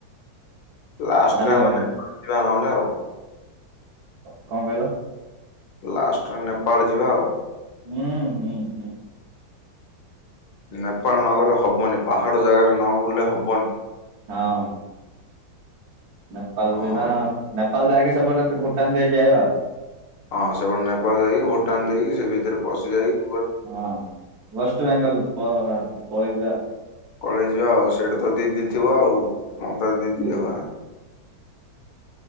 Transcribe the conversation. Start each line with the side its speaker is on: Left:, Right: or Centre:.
Left: ଲାଷ୍ଟରେ
Right: ପାରି
Left: ଆମେ
Right: ହବନି
Left: <unintelligible> ଯିବା ନହେଲେ ଆଉ।
Right: କଣ କହିଲ?
Left: ଲାଷ୍ଟ ରେ ନେପାଳ ଯିବା ଆଉ।
Right: <unintelligible>
Left: ନେପାଳ ନ ଗଲେ ହବନି ପାହାଡ ଜାଗାରେ ନ ବୁଲିଲେ ହବନି।
Right: ହଁ। ନେପାଳ
Left: ହଁ
Right: ଯିବା ଆଉ ନେପାଳ ଯାଇକି ସେପଟ ଭୁଟାନ ଦେଇକି ଆଇବା ଆଉ।
Left: ହଁ ସେପଟେ ନେପାଳ ଯାଇ ଭୁଟାନ ଦେଇକି ସେ ଭିତରେ ପଶିଯାଇ।
Right: ହଁ ୱେଷ୍ଟ ବେଙ୍ଗଲ ପ ପଳେଇଥିଲା।
Left: ପଳେଇଯିବା ଆଉ ସେଇଠା ତ ଦିଦିଥିବ ଆଉ ମମତା ଦିଦି
Right: ହୁଁ।
Left: ଥିବେ ବା।